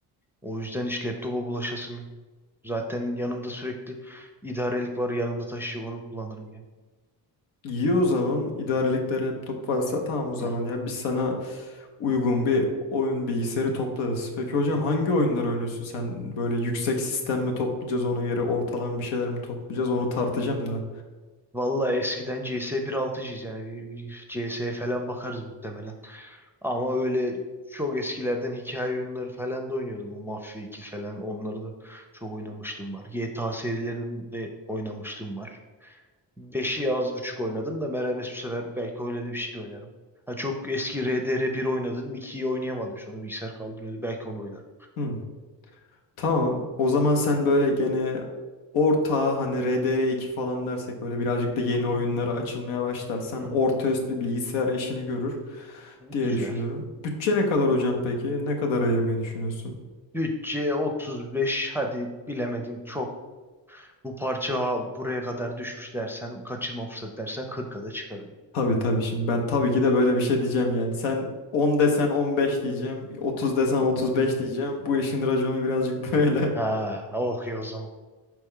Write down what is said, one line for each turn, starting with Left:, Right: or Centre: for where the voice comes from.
Centre: O yüzden hiç laptopa bulaşasım yok. Zaten yanımda sürekli idarelik var yanımda taşıyor onu kullanırım yani.
Left: İyi o zaman. İdarelikte laptop varsa tamam o zaman
Centre: Hı,
Left: ya. Biz sana uygun bir oyun bilgisayarı toplarız. Peki hocam
Centre: hı.
Left: hangi oyunlar oynuyorsun sen? Böyle yüksek sistem mi toplayacağız ona göre ortalama bir şeyler mi toplayacağız onu tartacağım da.
Centre: Vallahi eskiden CS 1.6'cıyız yani bir, bir CS falan bakarız muhtemelen. Ama öyle çok eskilerden hikaye oyunları falan da oynuyordum. Bu Mafya 2 falan onları da çok oynamışlığım var. GTA serilerini de oynamışlığım var. 5'i az buçuk oynadım da Meral bu sefer belki öyle de bir şey de oynarım. Ha, çok eski RDR bir oynadım. 2'yi oynayamadım. İşte onu bilgisayar kaldırıyordu. Belki onu oynarım.
Left: Hı, tamam. O zaman sen böyle gene orta hani RDR2 falan dersek böyle birazcık da yeni
Centre: <laughs>
Left: oyunlara açılmaya başlarsan
Centre: Hmm.
Left: orta üst bir bilgisayar işini görür diye
Centre: Güzel.
Left: düşünüyorum. Bütçe ne kadar hocam peki? Ne kadar ayırmayı düşünüyorsun?
Centre: Bütçe 35. Hadi bilemedin çok. Bu parça buraya kadar düşmüş dersen, kaçırma fırsat dersen 40'a da çıkarım.
Left: Tabii tabii şimdi ben tabii ki de böyle bir şey diyeceğim yani. Sen 10 desen 15 diyeceğim,
Centre: <laughs>
Left: 30 desen 35
Centre: Hmm.
Left: diyeceğim. Bu işin raconu birazcık <laughs> böyle.
Centre: Hı. Ha, okuyor o zaman.